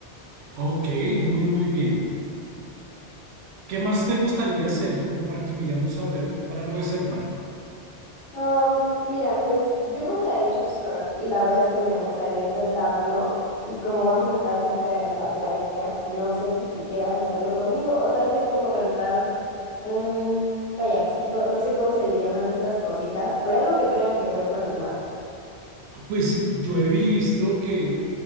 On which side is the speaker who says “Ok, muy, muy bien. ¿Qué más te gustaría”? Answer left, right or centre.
Right